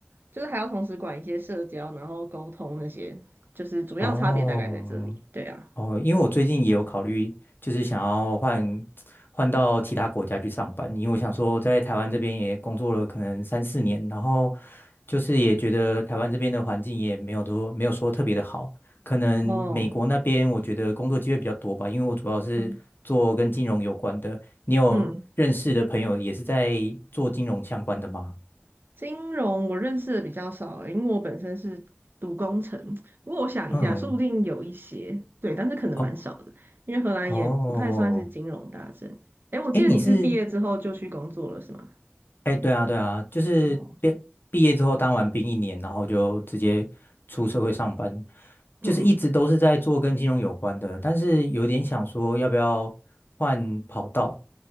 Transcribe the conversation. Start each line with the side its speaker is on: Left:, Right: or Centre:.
Right: 就是还要同时管一些社交，然后沟通那些，就是主要差别大概在这里。
Left: 哦，
Right: 对啊，
Left: 哦，因为我最近也有考虑，就是想要换换到其他国家去上班，因为我想说在台湾这边也工作了可能三四年，然后就是也觉得台湾这边的环境也没有多没有说特别的好，可能美国那边我觉得工作机会比较多吧，
Right: 哦，
Left: 因为我主要是做跟金融有关的。
Right: 嗯
Left: 你有认识的朋友也是在做金融相关的吗？
Right: 嗯。金融我认识的比较少，因为我本身是读工程。不过我想一下，
Left: 嗯，
Right: 说不定有一些，对，但是可能蛮少的，
Left: 哦
Right: 因为荷兰也不太算是金融大镇。
Left: 哦，
Right: 诶，我记得你是毕业之后就去工作了，
Left: 哎，你是
Right: 是吗？
Left: 哎，对啊，对啊，就是毕毕业之后当完兵一年，
Right: 哦，
Left: 然后就直接出社会上班，
Right: 嗯
Left: 就是一直都是在做跟金融有关的，但是有点想说要不要换跑道。